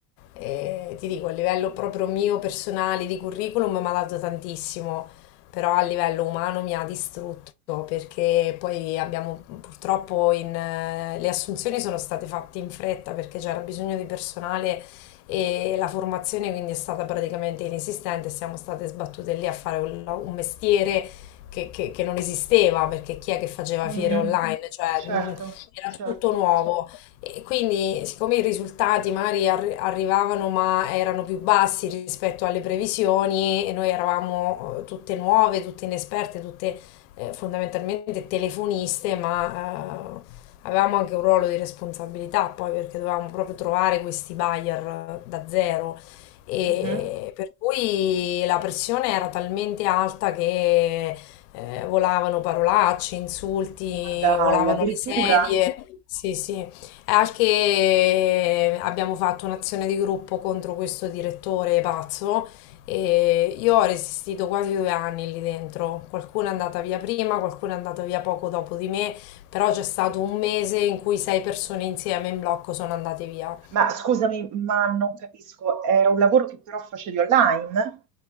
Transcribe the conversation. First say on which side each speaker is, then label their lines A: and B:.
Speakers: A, on the left; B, on the right.
A: eh, ti dico, a livello proprio mio personale di curriculum mi ha dato tantissimo, però a livello umano mi ha distrutto perché poi abbiamo purtroppo in, eh, le assunzioni sono state fatte in fretta perché c'era bisogno di personale e la formazione quindi è stata praticamente inesistente, siamo state sbattute lì a fare un, la- un mestiere che, che- che non esisteva, perché chi è che faceva
B: mhm.
A: fiere online? Cioè,
B: Certo,
A: mh, era
B: certo.
A: tutto nuovo. E quindi, siccome i risultati magari arri- arrivavano, ma erano più bassi rispetto alle previsioni, e noi eravamo eh, tutte nuove, tutte inesperte, tutte eh, fondamentalmente telefoniste, ma eh, avevamo anche un ruolo di responsabilità poi, perché dovevamo proprio trovare questi buyer eh, da zero. E
B: mhm.
A: per cui la pressione era talmente alta che eh, volavano parolacce, insulti,
B: Ma dai,
A: volavano
B: addirittura?
A: le sedie. Sì, sì. E Anche abbiamo fatto un'azione di gruppo contro questo direttore pazzo e io ho resistito quasi due anni lì dentro. Qualcuno è andata via prima, qualcuno è andato via poco dopo di me, però c'è stato un mese in cui sei persone insieme in blocco sono andate via.
B: Ma scusami, ma non capisco, era un lavoro che però facevi online?